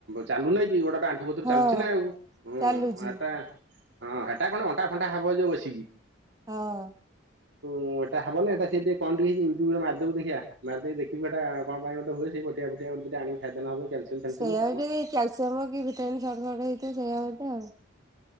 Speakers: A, on the right; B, on the right.
A: ଚାଲୁନାଇଁ କି ଗୋଟେ ଗୋଟେ ଆଣ୍ଠୁ ସବୁଥିରୁ
B: ହଁ
A: ଚାଲୁଛି ନା ଆଉ ହଁ
B: ଚାଲୁଛି
A: ଏଟା ହଁ ଏଟା କଣ ଅଣ୍ଟା ଫଣ୍ଟା ହବ ଯୋଉ ବସିକି
B: ହଁ
A: ହଁ ଏଟା ହବ ନା ଏଇଟା ସେ କଣ ଟିକେ ହେଇଛି ୟୁଟୁବରେ ମାରିଦେଖିବୁ, ମାରିଦେଖିବୁ ଏଇଟା କଣ ଗୋଟ ହୁଏ ସେଇଟେ ବଟିକା ଫଟିକା ଆଣି ଖାଇଦେଲେ ହବ। କ୍ୟାଲସିୟମ ଫ୍ୟାଲସିୟମ
B: ସେଇଆ
A: କଣ
B: କି କ୍ୟାଲସିୟମ କି ଭିଟାମିନ ଶର୍ଟ କଟ ହେଇଥିବ ସେଇଆ ଗୋଟେ ଆଉ।